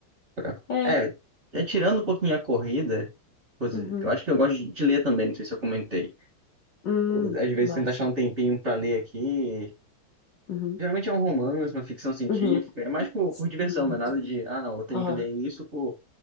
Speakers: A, on the right (about 35°); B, on the left (about 60°).
A: pra...
B: É.
A: É, é, tirando um pouquinho a corrida, coisa,
B: Uhum.
A: eu acho que eu gosto de de ler também, não sei se eu comentei.
B: Hum,
A: Eu, Às vezes
B: massa.
A: tento achar um tempinho pra ler aqui.
B: Uhum.
A: Geralmente é um romance, uma ficção científica.
B: Uhum.
A: É mais por, por diversão,
B: Uhum.
A: não é nada de, ah, não, eu tenho
B: Aham.
A: que ler isso por.